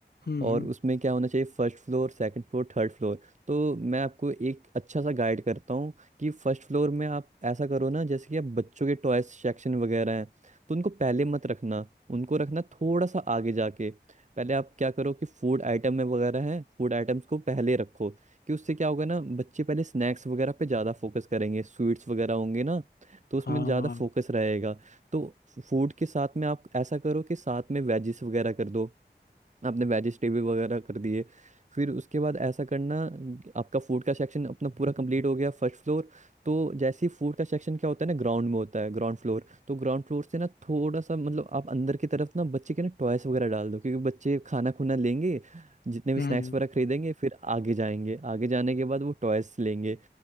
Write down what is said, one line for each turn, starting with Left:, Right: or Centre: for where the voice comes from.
Left: हम्म
Right: और
Left: हम्म
Right: उसमें क्या होना चाहिए First floor second floor third floor तो मैं आपको एक अच्छा सा गाइड करता हूँ कि फर्स्ट फ्लोर में आप ऐसा करो ना जैसे कि आप बच्चों के टॉयज सेक्शन वगैरह हैं तो उनको पहले मत रखना उनको रखना थोड़ा सा आगे जाके पहले आप क्या करो कि फूड आइटम में वगैरह हैं फूड आइटम्स को पहले रखो कि उससे क्या होगा ना बच्चे पहले स्नैक्स वगैरह पे ज़्यादा फोकस करेंगे स्वीट्स वगैरह होंगे ना तो उसमें
Left: हाँ
Right: ज़्यादा फोकस रहेगा तो फूड के साथ में आप ऐसा करो कि साथ में वेजिस वगैरह कर दो आपने वेजिटेबल वगैरह कर दिए फिर उसके बाद ऐसा करना आपका फूड का सेक्शन अपना पूरा कंप्लीट हो गया फर्स्ट फ्लोर तो जैसे ही फूड का सेक्शन क्या होता है ना ग्राउंड में होता है ग्राउंड फ्लोर तो ग्राउंड फ्लोर से ना थोड़ा सा मतलब आप अंदर की तरफ ना बच्चे के ना टॉयस वगैरह डाल दो क्योंकि बच्चे खाना खुना लेंगे जितने भी
Left: हम्म
Right: स्नैक्स
Left: हम्म,
Right: वगैरह खरीदेंगे फिर आगे जाएंगे आगे जाने के बाद वो टॉयस लेंगे